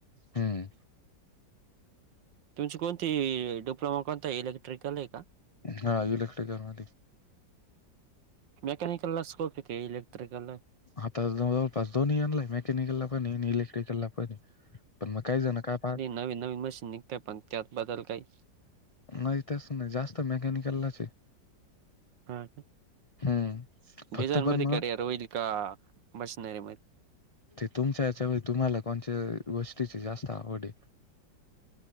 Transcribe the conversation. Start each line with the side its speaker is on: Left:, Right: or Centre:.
Left: हम्म
Right: तुमची कोणती डिप्लोमा कोणता इलेक्ट्रिकल हेका?
Left: हा इलेक्ट्रिक म <unintelligible>
Right: मेकॅनिकल स्कोप किती हाय इलेक्ट्रिकला
Left: आता जवळपास दोनीहीलाय मेकॅनिकलला पणहि आणि इलेक्ट्रिकलला पण. पण मग काही जण काय पा --
Right: नवी नवी मशीन निघत पण त्यातबद्दल काही
Left: नाही तेच नाही जास्त मेकॅनिकललाच हे.
Right: हा
Left: हम्म फक्त
Right: डिझाईन
Left: पण
Right: मध्ये
Left: मग
Right: करयर होईल का मशनरी मध्ये- -
Left: ते तुमच्या याच्या व तुम्हाला कोणत्या गोष्टीची जास्त आवडये.